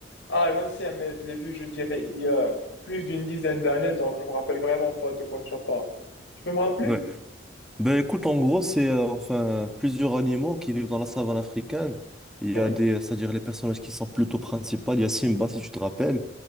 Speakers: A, on the left; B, in the centre.
A: Ah, l'ancien, mais je l'ai vu, je dirais, il y a plus d'une dizaine d'années, donc je me rappelle vraiment pas de quoi ça parle. Tu peux me rappeler?
B: Ouais. Ben écoute, en gros, c'est euh, enfin plusieurs animaux qui vivent dans la savane africaine. Il
A: Ouais,
B: y a des, c'est-à-dire les personnages qui sont plutôt principaux. Il y a Simba, si tu te rappelles,